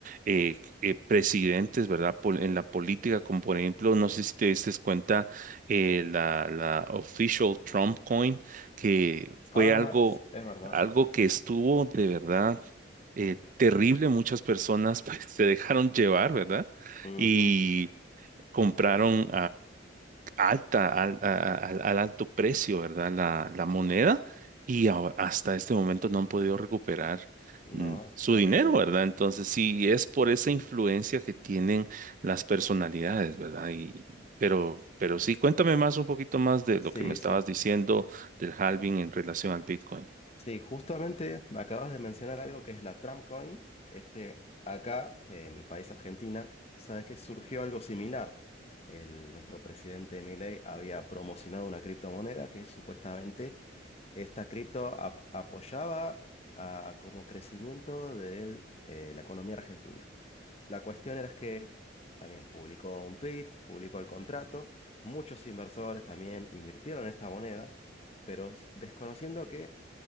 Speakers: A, on the right; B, on the left.
A: eh, eh, presidentes, ¿verdad? Pol- en la política, como por ejemplo, no sé si te diste cuenta, eh, la, la official Trump coin, que
B: Ah,
A: fue algo,
B: s- es verdad,
A: algo
B: sí, sí.
A: que estuvo de verdad eh, terrible. Muchas personas pues, <laughs> se dejaron llevar, ¿verdad?
B: Ujú,
A: Y compraron, alta, al, a- a- al- alto precio, ¿verdad? La, la
B: mm,
A: moneda y ahora- hasta este momento no han podido recuperar mm,
B: No, es
A: su
B: terrible.
A: dinero, ¿verdad? Entonces, sí, es por esa influencia que tienen las personalidades, ¿verdad? Y, pero, pero sí, cuéntame más un poquito más de
B: Sí,
A: lo que me estabas
B: sí.
A: diciendo del halving en relación al Bitcoin.
B: Sí, justamente acabas de mencionar algo que es la Tramcoin. Este, acá, de mi país, Argentina, sabes que surgió algo similar. El, nuestro presidente Milei había promocionado una criptomoneda que supuestamente esta cripto ap- apoyaba a- como crecimiento de eh, la economía argentina. La cuestión era que también publicó un tweet, publicó el contrato. Muchos inversores también invirtieron en esta moneda, pero desconociendo que